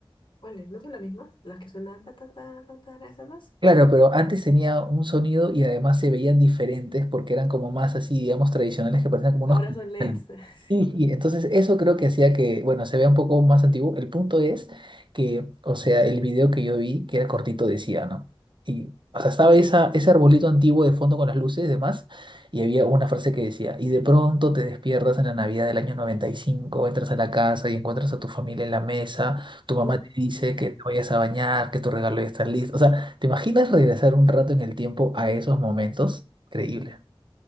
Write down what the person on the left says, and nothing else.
¿Cuáles? ¿No son las mismas? Las que suenan ta ta ta ta ta, esas no es?
Ahora
son LEDs, <laughs> sí.
Uf.